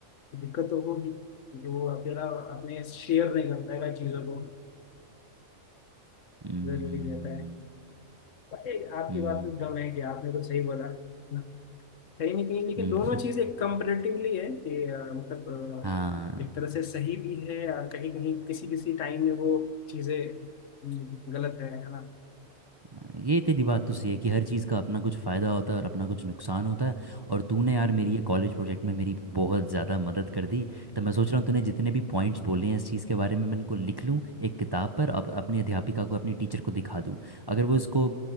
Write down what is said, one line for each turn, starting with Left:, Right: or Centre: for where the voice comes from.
Left: दिक्कत तो होगी क्योंकि वो अकेला अपने शेयर नहीं कर पाएगा चीजों को
Right: हम्म
Left: जरूरी रहता है भाई आपकी
Right: हम्म
Left: बात में दम है कि आपने तो सही बोला कहीं ना कहीं लेकिन
Right: हम्म,
Left: दोनों चीजें कंपेरेटिवली है कि अ, मतलब
Right: <laughs> हाँ
Left: अ, एक तरह से सही भी है और कहीं कहीं किसी किसी टाइम में वो चीजें हम्म, गलत है है ना
Right: हाँ, ये तेरी बात तो सही है कि हर चीज़ का अपना कुछ फ़ायदा होता है और अपना कुछ नुकसान होता है और तूने यार मेरी ये कॉलेज प्रोजेक्ट में मेरी बहुत ज़्यादा मदद कर दी तो मैं सोच रहा हूँ तूने जितने भी पॉइंट्स बोले हैं इस चीज़ के बारे में मैं इनको लिख लूँ एक किताब पर अप, अपनी अध्यापिका को अपनी टीचर को दिखा दूँ अगर वो इसको